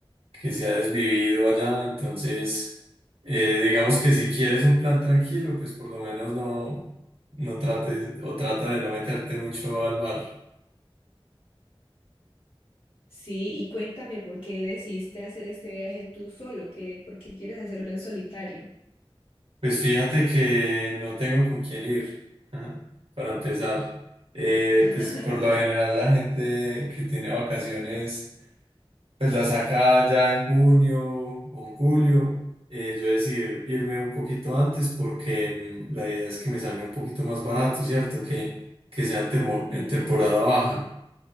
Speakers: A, on the right; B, on the left.
A: que se ha desvivido allá, entonces eh, digamos que si quieres un plan tranquilo, pues por lo menos no, no trates o trata de no meterte mucho al mar.
B: Sí, y cuéntame, ¿por qué decidiste hacer este viaje tú solo? ¿Qué, por qué quieres hacerlo en solitario?
A: Pues fíjate que no tengo con quién ir, ajá, para empezar. Eh,
B: <laughs>
A: pues por lo general la gente que tiene vacaciones, pues la saca ya en junio o en julio. Eh, yo decidí irme un poquito antes porque mm, la idea es que me salga un poquito más barato, ¿cierto? Que, que sea en, temo-
B: Mm.
A: en temporada baja.